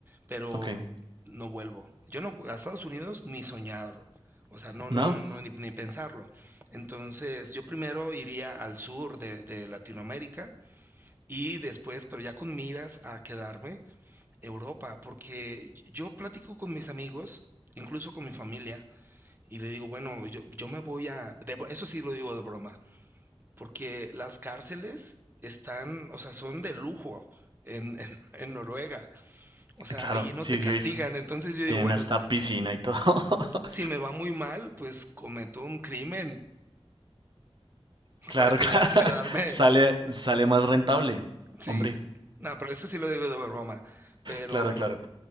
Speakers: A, on the right; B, on the right.
A: pero
B: ok.
A: no vuelvo. Yo no, vu- a Estados Unidos ni soñarlo. O sea, no,
B: ¿No?
A: no, no, no, ni, ni pensarlo. Entonces, yo primero iría al sur de de Latinoamérica y después, pero ya con miras a quedarme, Europa, porque yo platico con mis amigos, incluso con mi familia, y le digo, bueno, yo, yo me voy a... de bro- eso sí lo digo de broma, porque las cárceles están, o sea, son de lujo en, <laughs> en, en Noruega, o sea,
B: Claro,
A: ahí no
B: sí,
A: te
B: sí,
A: castigan,
B: he visto.
A: entonces yo digo,
B: Tienen
A: bueno,
B: hasta piscina y todo. <laughs>
A: si me va muy mal, pues cometo un crimen <laughs>
B: Claro,
A: para que,
B: claro.
A: quedarme,
B: <laughs> Sale, sale más rentable.
A: sí,
B: Hombre,
A: no, pero eso sí lo digo de broma, pero...
B: claro, claro.